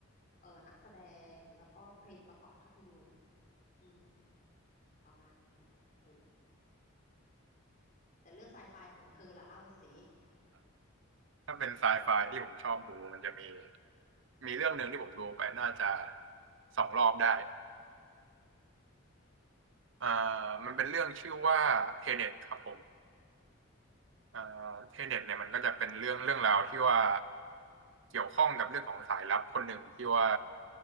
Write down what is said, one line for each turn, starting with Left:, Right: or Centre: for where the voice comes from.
Left: เออนักแสดงแล้วก็เพลงประกอบภาพยนตร์อืมประมาณนี้เออแต่เรื่องไซไฟของเธอล่ะเล่าสิ
Right: ถ้าเป็นไซไฟที่ผมชอบดูมันจะมีมีเรื่องหนึ่งที่ผมดูไปน่าจะสองรอบได้อ่ามันเป็นเรื่องชื่อว่าเทเน็ตครับผม อ่าเทเน็ตเนี่ยมันก็จะเป็นเรื่องเรื่องราวที่ว่าเกี่ยวข้องกับเรื่องของสายลับคนหนึ่งที่ว่า